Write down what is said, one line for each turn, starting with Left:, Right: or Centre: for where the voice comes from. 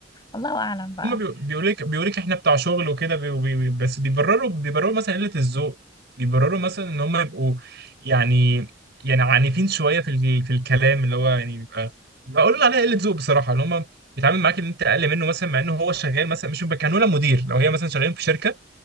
Left: الله اعلم بقى
Right: هما بيقولوا لك بيقولوا لك احنا بتاع شغل وكده بي- بي- بي- بس بيبرروا بيبرروا مثلا قله الذوق بيبرروا مثلا ان هم يبقوا يعني يعني عنيفين شويه في ال- في الكلام اللي هو يعني بيبقى بقول عليها قله ذوق بصراحه ان هم بيتعامل معاك ان انت اقل منه مثلا مع انه هو شغال مثلا مش كانوا مدير لو هي مثلا شغالين في شركه